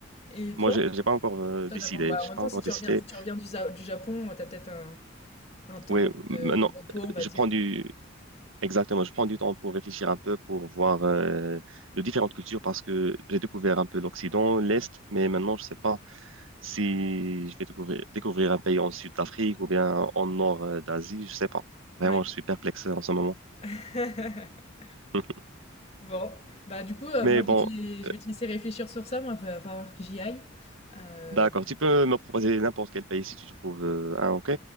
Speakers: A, on the left; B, on the right.
A: Et
B: Moi,
A: toi?
B: j'ai j'ai pas encore euh,
A: Toi,
B: décidé.
A: tu pas bah,
B: J'ai
A: en même
B: pas
A: temps,
B: encore
A: si tu
B: décidé.
A: reviens si tu reviens du za du Japon, t'as peut-être un un temps
B: Oui, maintenant,
A: de de repos,
B: euh,
A: on va
B: je
A: dire.
B: prends du... Exactement, je prends du temps pour réfléchir un peu, pour voir euh, de différentes cultures, parce que j'ai découvert un peu l'Occident, l'Est, mais maintenant, je sais pas. Si je vais découvrir, découvrir un pays en sud d'Afrique ou bien en nord euh, d'Asie, je sais pas.
A: Ouais.
B: Vraiment, je suis perplexe en ce moment.
A: <laughs>
B: <laughs>
A: Bon, bah, du coup, heu,
B: Mais
A: moi, je
B: bon,
A: vais te je
B: euh,
A: vais te laisser réfléchir sur ça. Moi, il va falloir que j'y aille. Hem
B: d'accord. Tu peux me proposer n'importe quel pays si tu trouves euh, un, ok?